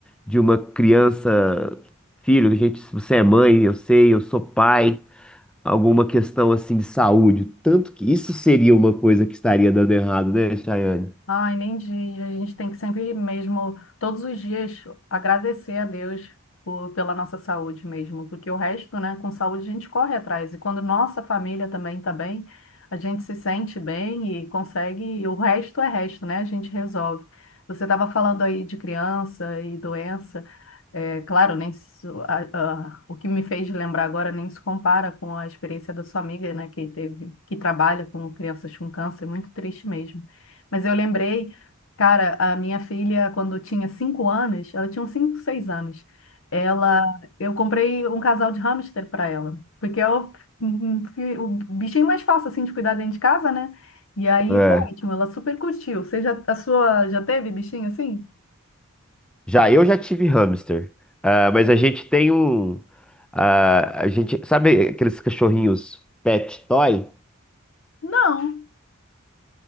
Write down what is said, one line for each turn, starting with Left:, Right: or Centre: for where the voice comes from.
Centre: de uma criança, filho, gente, se você é mãe, eu sei, eu sou pai, alguma questão assim de saúde. Tanto que isso seria uma coisa que estaria dando errado, né, Chayane?
Left: Ai, nem diz. A gente tem que sempre mesmo, todos os dias, agradecer a Deus por, pela nossa saúde mesmo, porque o resto, né, com saúde a gente corre atrás. E quando nossa família também está bem, a gente se sente bem e consegue, e o resto é resto, né? A gente resolve. Você estava falando aí de criança e doença. É, claro, nem se- a- a- o que me fez lembrar agora nem se compara com a experiência da sua amiga, né, que teve, que trabalha com crianças com câncer, muito triste mesmo. Mas eu lembrei, cara, a minha filha, quando tinha cinco anos, ela tinha uns 5, 6 anos, ela, eu comprei um casal de hamster para ela, porque é o, o bichinho mais fácil, assim, de cuidar dentro de casa, né? E aí
Centre: É,
Left: foi ótimo, ela super curtiu. Você já, a sua, já teve bichinho assim?
Centre: Já eu já tive hamster, Ah, mas a gente tem um, ah, a gente sabe aqueles cachorrinhos pet toy?
Left: Não.